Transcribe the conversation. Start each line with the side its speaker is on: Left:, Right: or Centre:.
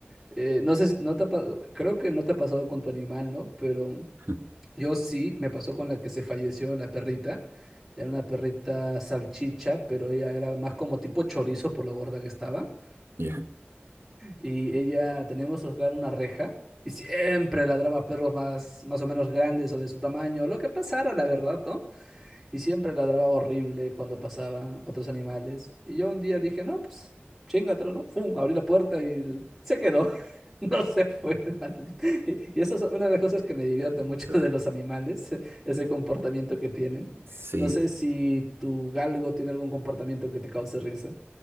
Centre: Eh, no sé si, no te ha pa- creo que no te ha pasado con tu animal, ¿no? Pero
Right: <laughs>
Centre: yo sí, me pasó con la que se falleció, la perrita. Era una perrita salchicha, pero ella era más como tipo chorizo por lo gorda que estaba.
Right: Ya.
Centre: Y ella, teníamos hogar una reja. Y siempre ladraba a perros más, más o menos grandes o de su tamaño, lo que pasara, la verdad, ¿no? Y siempre ladraba horrible cuando pasaban otros animales. Y yo un día dije, no, pues chingatelo, ¿no? Fum, abrí la puerta y el- se quedó. <laughs> No se fue, <laughs> el maldito. Y y eso es una de las cosas que me divierte mucho
Right: Claro.
Centre: de los animales, <laughs> ese comportamiento que tienen.
Right: Sí.
Centre: No sé si tu galgo tiene algún comportamiento que te cause risa.